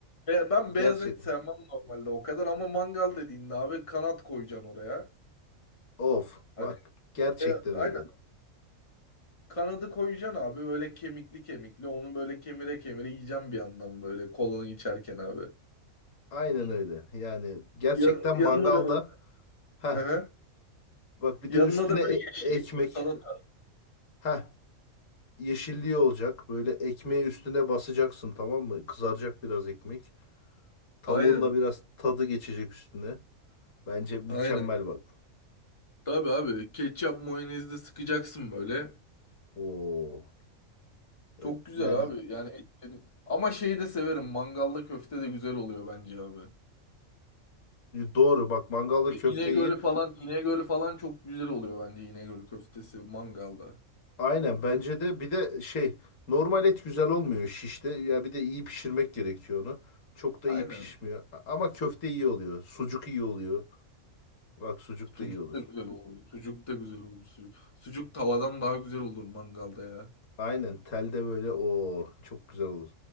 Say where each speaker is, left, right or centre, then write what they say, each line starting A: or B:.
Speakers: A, on the left; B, on the left.
A: Be- ben
B: gerçek
A: beyaz et sevmem normalde o kadar ama mangal dediğinde abi kanat koyacaksın oraya.
B: of
A: Hani
B: bak gerçekten
A: be-
B: öyle.
A: aynen kanadı koyacaksın abi böyle kemikli kemikli onu böyle kemire kemire yiyeceğim bir yandan böyle kolunu içerken abi.
B: Aynen
A: Hı.
B: öyle. Yani gerçekten
A: Yan- yanına
B: mangalda
A: da
B: ha
A: böyle.
B: bak bir
A: Yanına
B: de üstüne
A: da
B: e-
A: böyle yeşillik
B: ekmek.
A: bir salata.
B: Ha yeşilliği olacak. Böyle ekmeği üstüne basacaksın tamam mı? Kızaracak biraz ekmek. Tavuğun
A: Aynen.
B: da biraz tadı geçecek üstüne. Bence mükemmel
A: Aynen.
B: bak.
A: Tabii abi ketçap mayonezle sıkacaksın böyle.
B: Oo. E,
A: Çok güzel
B: Yani
A: abi. Yani et dedim. Ama şeyi de severim. Mangalda köfte de güzel oluyor bence abi.
B: doğru bak mangalda
A: E,
B: köfteyi
A: İnegöl'ü falan İnegöl'ü falan çok güzel oluyor bence İnegöl köftesi mangalda.
B: Aynen bence de bir de şey normal et güzel olmuyor şişte. Ya bir de iyi pişirmek gerekiyor onu. Çok da
A: Aynen.
B: iyi pişmiyor. A- Ama köfte iyi oluyor. Sucuk iyi oluyor. Bak sucuk
A: Sucuk
B: da iyi olur.
A: da güzel olur. Sucuk da güzel olur. Sucuk, sucuk tavadan daha güzel olur mangalda ya.
B: Aynen telde böyle o çok güzel olur.